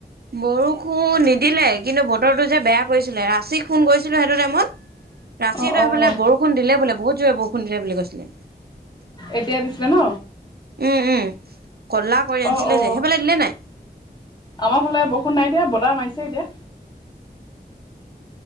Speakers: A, on the right; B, on the left.
A: বৰষুণ নিদিলে কিন্তু বতৰটো যে বেয়া। কৰিছিলে ৰাচিক ফুণ কৰিছিলো সেইটো টাইমত ৰাচিসেত
B: অঁ অঁ
A: সেইফালে বৰষুণ দিলে বোলে বহুত জোৰে বৰষুণ। <unintelligible> শুন্দিলে বুলি কৈছিলে? <unintelligible>
B: এতিয়া দিছিলে ন।
A: উম, উম, ক'লা কৰি আনিছিলে
B: অ অ
A: যে সেইফালে দিলে নাই?
B: আমাৰ ফালে বৰষুন নাই দিয়া। বতাহ মাৰিছে এতিয়া।